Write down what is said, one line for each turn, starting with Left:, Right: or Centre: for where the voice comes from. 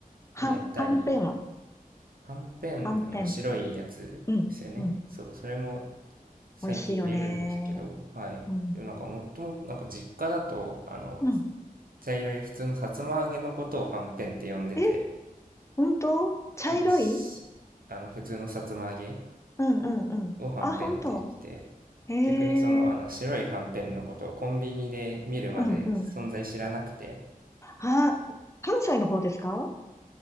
Left: はん、
Right: 入れたり、
Left: はんぺんは
Right: はんぺん、
Left: はんぺん。
Right: あの、白いやつですよね。
Left: うん。うん
Right: そう、それも最近入れるんですけど、
Left: 美味しいよね。
Right: はい。
Left: うん。
Right: でもなんか、もっともっと、なんか実家だと、あの、
Left: うん。
Right: 茶色い普通のさつま揚げのことをはんぺんって呼んでて、
Left: え、本当茶色い
Right: あの、しあの普通のさつま揚げ
Left: うんうんうん。
Right: をはんぺんって言ってて、
Left: あ、本当へえ、
Right: 逆にその、あの白いはんぺんのことをコンビニで見るまで存在知らなくて、
Left: うんうん。あ、関西の方ですか